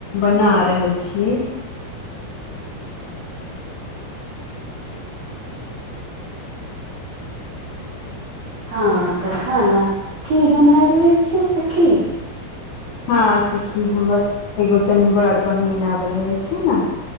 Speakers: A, on the left; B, on the right.
A: बना रहल छीयै
B: हँ तऽ खाना की बना रहल छी सखी
A: हँ सखी हमर एगो तनी बड़ बहिन आवल रहे छै ने